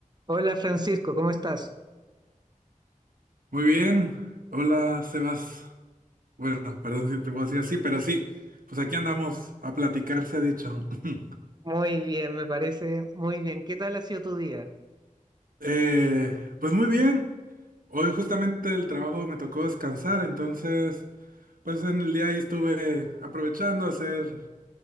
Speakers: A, on the right; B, on the right.
A: Hola Francisco, ¿cómo estás?
B: Muy bien, hola Sebas. Bueno, perdón si te puedo decir así, pero sí, pues aquí andamos a platicar, se ha dicho. <laughs>
A: Muy bien, me parece muy bien. ¿Qué tal ha sido tu día?
B: Eh, pues muy bien, hoy justamente del trabajo me tocó descansar, entonces pues en el día ahí estuve aprovechando a hacer